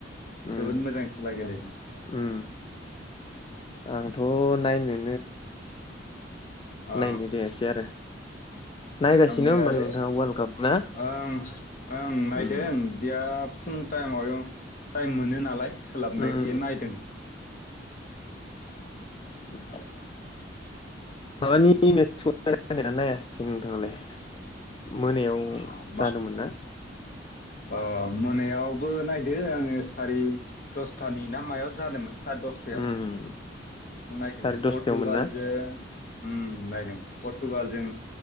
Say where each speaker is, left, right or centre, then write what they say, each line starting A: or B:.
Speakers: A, on the left; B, on the left.
A: उम
B: जोबोद मोजां खेला गेलेदों। <inaudible>
A: उम आंथ' नायनो
B: औ
A: नायनाय जायासै आरो नायगासिनो
B: आङो
A: होमबा
B: आरो
A: नोंथाङा वर्ल्ड काप ना
B: आं ओं नायदों
A: उम
B: बिराद फुं टाइमाव टाइम मोनो नालाय। सोलाबनायखाय
A: उम उम
B: नायदों। <inaudible>
A: <inaudible>
B: <inaudible>
A: माबानि <unintelligible> नायासै नोंथाङालाय मोनायाव
B: अ
A: जादोंमोन
B: मा
A: ना?
B: अ मोनायावबो नायदो आङो सारि दसथानि ना मायाव जादोंमोन। सारि दसथायाव
A: उम
B: बेखौ नायदों
A: साराय दसथायावमोन
B: पर्टुगालजों
A: ना
B: उम। नायदों फ तुगालजों